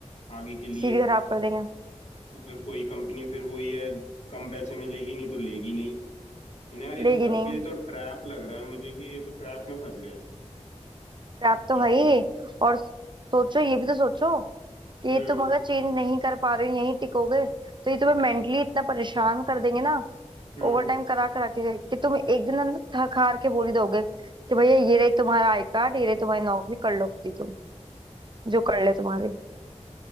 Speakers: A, on the left (about 75°); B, on the right (about 40°).
A: आगे के लिए
B: सीवी खराब कर देंगे
A: तो फिर कोई कंपनी फिर वही है कम पैसे में लेगी नहीं तो लेगी नहीं मैंने यार ये
B: लेगी
A: तो फंस
B: नहीं
A: गए ये तो ट्रैप लग रहा है मुझे कि ये तो ट्रैप में फंस गए
B: आप तो
A: क्या
B: है ही
A: करें
B: और सोचो ये भी तो सोचो कि ये
A: हम्म
B: तुम अगर चेंज नहीं कर पा रहे हो यहीं टिकोगे तो ये तुम्हें मेंटली इतना परेशान कर देंगे ना
A: हम्म
B: ओवर टाइम करा करा के कि तुम एक दिन अंदर थक हार के बोल ही दोगे कि भैया ये रही तुम्हारा आई कार्ड ये रही तुम्हारी नौकरी कर लो खुद ही तुम जो कर ले तुम्हारी